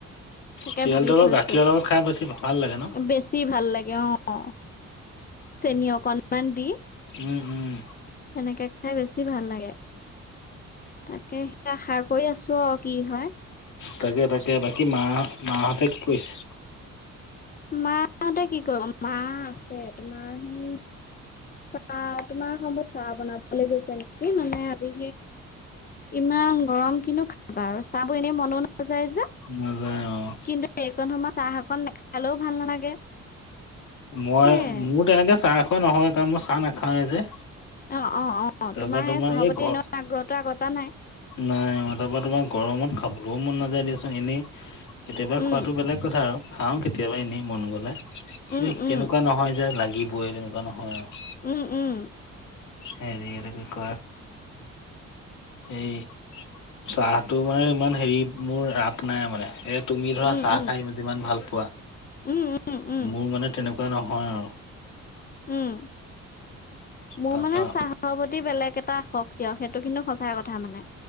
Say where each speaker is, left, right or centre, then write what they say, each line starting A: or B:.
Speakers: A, on the left (about 30°); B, on the left (about 75°).
A: থাকে
B: চিৰিয়েলটো
A: ভাবি থৈছো
B: গাখীৰৰ লগত খাই বেছি ভাল লাগে ন
A: বেছি ভাল লাগে অ অ চেনী অকণমান দি
B: উম উম
A: তেনেকে খাই বেছি ভাল লাগে তাকে সেয়া শাক কৰি আছোঁ আৰু কি হয়।
B: তাকে- তাকে বাকী মা -মাহঁতে কি কৰিছে?
A: মা হতে কি কৰিব মা আছে তোমাৰ সেই চাহ তোমাৰ সম্ভৱ চাহ বনাবলৈ গৈছে নেকি মানে আজি ইমান গৰম কিনো খাবা আৰু চাহ এনে মন য যে
B: নাযায় অ'
A: কিন্তু এইকণ সময় চাহক নাখালেও ভাল নালাগে। <unintelligible>
B: মই
A: সেয়াই
B: মোৰ তেনেকে চাহ খোৱা নহয় কাৰণ মই চাহ নাখাওৱেই যে
A: অ অ অ
B: তাৰপা
A: তোমাৰ সেই চাহপতিনৰ
B: এই ঘৰ
A: আগ্ৰহটো আগৰ পৰা নাই। <unintelligible>
B: নাই তাৰাপা তোমাৰ গৰমত খাবলৈও মন নাযায় দিয়াচোন এনেই। কেতিয়াবা
A: উম
B: খোৱাতটো বেলেগ কথা আৰু খাওঁ কেতিয়াবা এনেই মন গলে কিন্ত
A: উম উম
B: তেনেকুৱা নহয় যে লাগ <unintelligible> লাগিবই এনেকুৱা নহয় আৰু
A: উম উম
B: হেৰি ল কি কয়? এই চাহটো মানে ইমান হেৰি মোৰ ৰাপ নাই মানে ই তুমি ধৰা
A: উম
B: চাহ
A: উম
B: খাই যিমান ভাল পোৱা
A: উম উম উম
B: মোৰ মানে তেনেকুৱা কোৱা নহয় আৰু
A: উম মোৰ
B: তাৰপা
A: মানে চাহৰ প্ৰতি বেলেগ এটা আসক্তি দিয়ক সেইটো কিন্তু সঁচা কথা মানে।